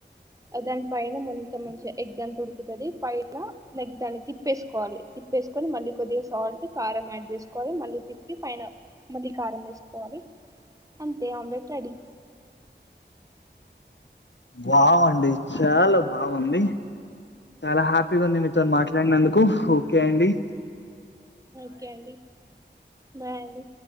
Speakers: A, on the right; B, on the left.
A: దాని పైన మొత్తం మంచిగా ఎగ్ అంతా ఉడుకుతది పైన ఎగ్ దాన్ని తిప్పేసుకోవాలి. తిప్పేసుకొని మళ్ళీ కొద్దిగా సాల్ట్ కారం యాడ్ చేసుకోవాలి మళ్ళీ తిప్పి పైన మళ్ళీ కారం వేసుకోవాలి. అంతే ఆమ్లెట్ రెడీ.
B: వావ్ అండి చాలా బాగుంది చాలా హ్యాపీ. హ్యాపీగుంది మీతో మాట్లాడినందుకు ఓకే అండి.
A: ఓకే అండి బాయ్ అండి.